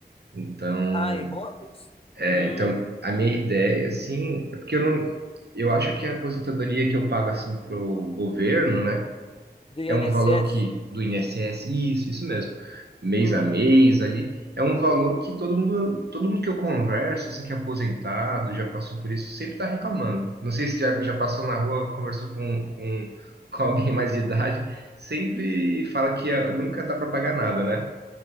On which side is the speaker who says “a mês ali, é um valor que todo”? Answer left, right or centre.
Right